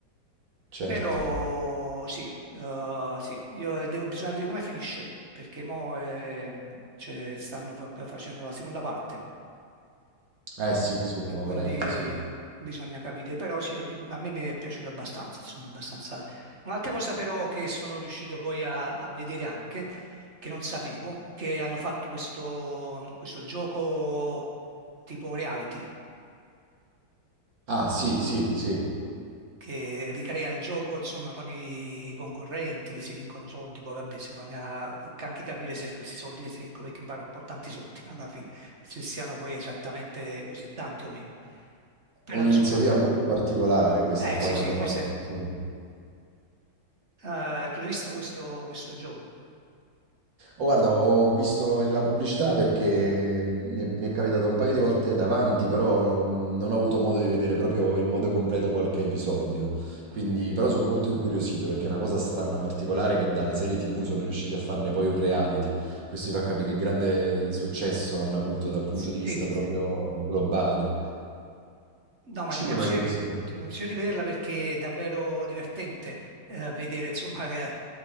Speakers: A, on the right; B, on the right.
A: Certo.
B: Però sì, eh, sì, io devo, bisogna vedere come finisce, perché mo eh, cioè, stanno fa- facendo la seconda parte
A: Eh sì, sì, avevo
B: e quindi
A: letto, sì.
B: bisogna capire, però sì, ho di- a me mi è piaciuto abbastanza, insomma, abbastanza. Un'altra cosa però che sono riuscito poi a, a vedere anche, che non sapevo, che hanno fatto questo, questo gioco tipo reality,
A: Ah, sì, sì, sì.
B: che ricrea il gioco, insomma, con i concorrenti che si vincono soldi, poi vabbè, si bisogna anche capire se questi soldi che si vincono, perché mi pare un po' tanti soldi <laughs> alla fine, se siano poi esattamente così tanti o meno. Però
A: Un'iniziativa
B: insomma,
A: molto particolare questa
B: eh
A: qua
B: sì,
A: che
B: sì,
A: hanno fatto,
B: questo è
A: sì.
B: Eh, tu l'hai visto questo, questo gioco?
A: Oh, guarda, ho visto la pubblicità perché mm, mi è, mi è capitato un paio di volte davanti, però no- non ho avuto modo di vedere proprio in modo completo qualche episodio. Quindi,
B: Mm.
A: però sono molto incuriosito perché è una cosa strana, particolare, che dalla serie TV sono riusciti a farne poi un reality. Questo vi fa capire che grande successo hanno avuto dal punto
B: Sì,
A: di vista
B: sì,
A: proprio
B: sì.
A: globale.
B: No, ma
A: Cinema
B: ti consiglio,
A: che hai visto?
B: ti consiglio di vederla perché è davvero divertente eh, vedere, insomma, che